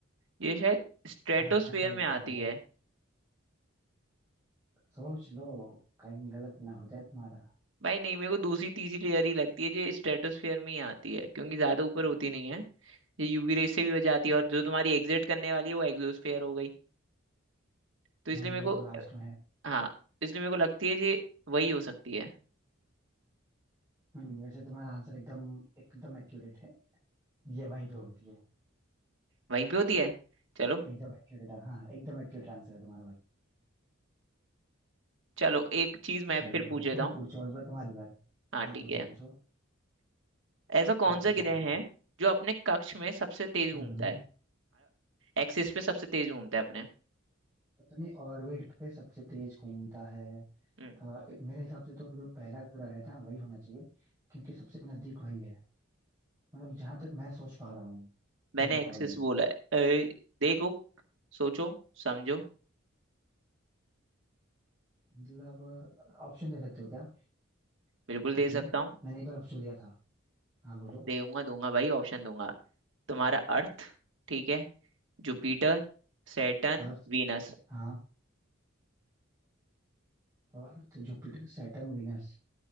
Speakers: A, on the right; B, on the right.
A: ये शायद स्ट्रेटोस्फेयर
B: हाँ हाँ क्या लगता
A: में आती
B: है
A: है
B: सोच लो कहीं गलत ना हो जाए तुम्हारा
A: भाई नहीं मेरे को दूसरी तीसरी लेयर ही लगती है ये स्ट्रेटोस्फेयर में ही आती है क्योंकि ज्यादा ऊपर होती नहीं है ये यूवी रेस से भी बच जाती है और जो तुम्हारी एग्जिट करने वाली है वो एग्जोस्फेयर हो गई तो
B: हम्म,
A: इसलिए मेरे
B: वो
A: को
B: तो लास्ट में है
A: हाँ इसलिए मेरे को लगती है ये वही हो सकती है
B: हम्म, वैसे तुम्हारा आंसर एकदम एकदम एक्यूरेट है ये वहीं पे होती है
A: वहीं पे होती है चलो
B: एकदम एक्यूरेट हाँ एकदम एक्यूरेट आंसर है तुम्हारा भाई
A: चलो एक चीज मैं
B: चलो
A: फिर पूछ
B: फिर
A: लेता
B: तुम
A: हूँ
B: पूछो इस बार तुम्हारी बार
A: हाँ
B: हाँ
A: ठीक
B: पूछो
A: है
B: पूछो
A: ऐसा कौन
B: क्या पूछना
A: सा ग्रह
B: है तुम्हें
A: है जो अपने कक्ष में सबसे तेज घूमता
B: हम्म
A: है एक्सिस पे सबसे तेज घूमता है अपने
B: अपने ऑर्बिट पे सबसे तेज घूमता है
A: हम्म,
B: आ, मेरे हिसाब से तो जो पहला ग्रह है ना वही होना चाहिए क्योंकि सबसे नजदीक वही है मतलब जहां तक मैं सोच पा रहा हूँ
A: मैंने
B: मेरे अकॉर्डिंग
A: एक्सेस बोला है ए, देखो सोचो समझो
B: मतलब ऑप्शन दे सकते हो क्या
A: बिल्कुल दे
B: इसमें
A: सकता हूँ
B: मैंने एक बार ऑप्शन दिया था हाँ बोलो
A: दूंगा दूंगा भाई ऑप्शन दूंगा तुम्हारा अर्थ ठीक है जुपिटर सैटर्न
B: अर्थ
A: वीनस
B: हाँ अर्थ जुपिटर सैटर्न वीनस